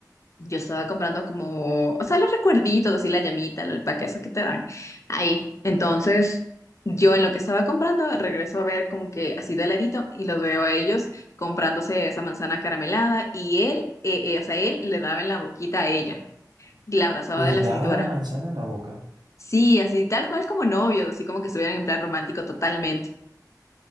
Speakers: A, on the left (about 45°); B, on the right (about 75°).
A: yo estaba comprando como, o sea, los recuerditos, así la llamita, el paquete eso que te dan. Ahí. Entonces, yo en lo que estaba comprando, regreso a ver como que así de ladito y los veo a ellos comprándose esa manzana caramelada y él, eh, eh, o sea, él le daba en la boquita a ella, y la abrazaba
B: ¿Le
A: de la
B: daba
A: cintura.
B: la manzana en la boca?
A: Sí, así tal cual como novios, así como que estuvieran en plan romántico totalmente.